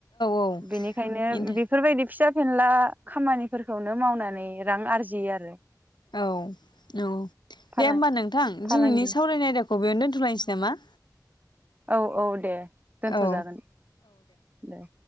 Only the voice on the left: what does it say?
औ
इन्था
औ औ
दे होमबा नोंथां
दिनैनि सावरायनाय आयदाखौ बेयावनो दोन्थ'लायनोसै नामा
औ